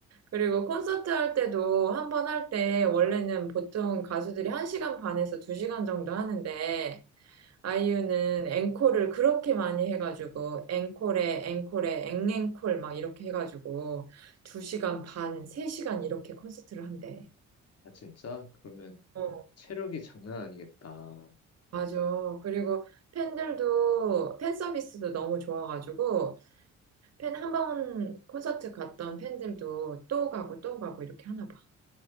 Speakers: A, on the right (about 55°); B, on the left (about 55°).
A: 그리고 콘서트 할 때도 한 번 할 때 원래는 보통 가수들이 한 시간 반에서 두 시간 정도 하는데 아이유는 앵콜을 그렇게 많이 해가지고, 앵콜에, 앵콜에, 앵앵콜 막 이렇게 해가지고, 2시간 반, 3시간 이렇게 콘서트를 한대.
B: 아, 진짜? 그러면,
A: 어,
B: 체력이 장난 아니겠다.
A: 맞아. 그리고 팬들도, 팬 서비스도 너무 좋아가지고, 팬 한 번 콘서트 갔던 팬들도 또 가고 또 가고 이렇게 하나 봐.